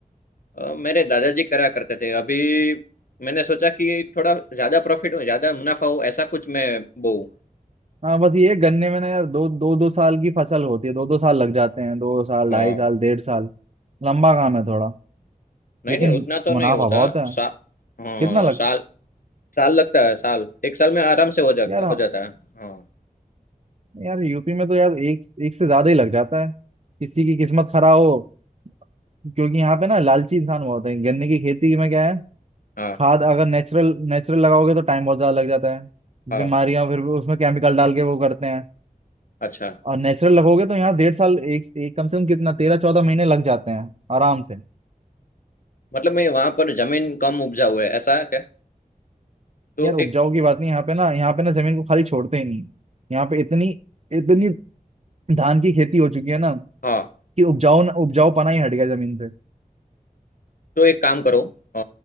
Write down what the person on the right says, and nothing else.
हाँ बस ये है, गन्ने में ना यार दो दो दो साल की फसल होती है दो दो साल लग जाते हैं दो साल
ढाई साल डेढ़ साल लंबा काम है थोड़ा
लेकिन
मुनाफा
बहुत है
कितना लग
यार हाँ,
यार यूपी में तो यार एक एक से ज्यादा ही लग जाता है किसी की किस्मत खराब हो क्योंकि यहाँ पे ना लालची इंसान बहुत है गन्ने की खेती में क्या है
खाद अगर नेचुरल नेचुरल लगाओगे तो टाइम बहुत ज्यादा लग जाता है
बीमारियां फिर उसमें केमिकल डाल के वो करते हैं
और नेचुरल लगोगे तो यहाँ डेढ़ साल एक, एक कम से कम कितना तेरह चौदह महीने लग जाते हैं आराम से
यार उपजाऊ
की बात नहीं यहाँ पे ना यहाँ पे ना जमीन को खाली छोड़ते ही नहीं यहाँ पे इतनी इतनी धान की खेती हो चुकी है ना
कि उपजाऊ उपजाऊ पना ही हट गया जमीन से